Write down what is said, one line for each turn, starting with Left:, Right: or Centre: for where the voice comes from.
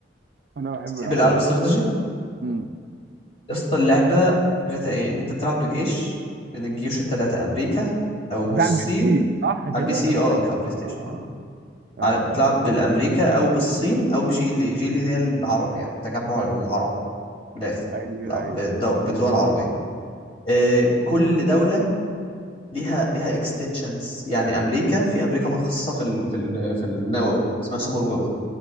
Right: انا بحب
Left: تحب
Right: الالعاب
Left: الالعاب الاستراتيجي
Right: دي امم
Left: يا اسطى اللعبه فكرتها ايه ان انت بتلعب بجيش من الجيوش الثلاثه امريكا او
Right: بس ده
Left: الصين
Right: على البي سي صح كده
Left: على البي سي
Right: انا
Left: اه
Right: فاكر
Left: مش على البلاي ستيشن
Right: اه
Left: اه
Right: اه
Left: على بتلعب بالامريكا او بالصين او بجي ال اي جي ال اي دي هي العرب يعني تجمع العرب من الاخر
Right: ايوه
Left: بتلعب
Right: ايوه
Left: بالدو... بالدول العربيه آه كل دوله ليها ليها اكستنشنز يعني امريكا في امريكا متخصصه في ال... في ال... في النووي اسمها سوبر ويبن